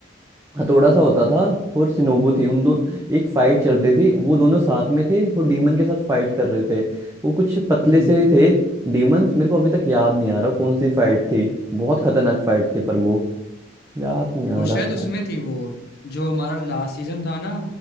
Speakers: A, on the right; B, on the left.
A: हथौड़ा सा होता था और सिनोबू थी उन दो एक फाइट चल रही थी वो दोनों साथ में थे और डीमन के साथ फाइट कर रहे थे वो कुछ पतले
B: हम्म
A: से थे डीमंस मेरे को अभी तक याद नहीं आ रहा कौन सी फाइट थी बहुत खतरनाक फाइट थी पर वो याद नहीं
B: वो
A: आ रहा
B: शायद
A: क्या
B: उसमें थी वो जो हमारा लास्ट सीजन था ना